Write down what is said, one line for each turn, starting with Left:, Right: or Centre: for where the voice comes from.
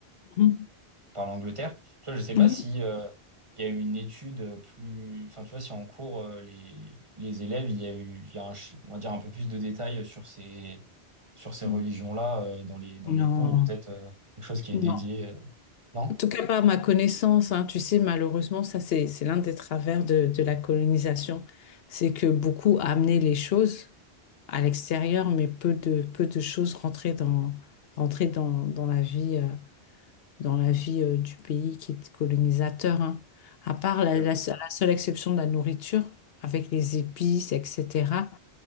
Left: Mhm.
Right: par l'Angleterre. Tu vois, je sais
Left: Oui.
Right: pas si euh, il y a eu une étude plus, enfin, tu vois, si en cours euh, les, les élèves, il y a eu, il y a un ch- on va dire un peu plus de détails sur ces sur ces
Left: Mhm.
Right: religions-là euh, dans les dans les
Left: Non.
Right: cours ou peut-être euh, quelque chose qui est dédié,
Left: Non.
Right: euh, non?
Left: En tout cas, pas à ma connaissance, hein. Tu sais, malheureusement, ça, c'est, c'est l'un des travers de, de la colonisation. C'est que beaucoup a amené les choses. à l'extérieur, mais peu de, peu de choses rentraient dans, rentraient dans, dans la vie, euh, dans la vie euh, du pays qui est colonisateur, hein. À part
Right: Ok,
Left: la, la
Right: oui.
Left: se- la seule exception de la nourriture, avec les épices, etc.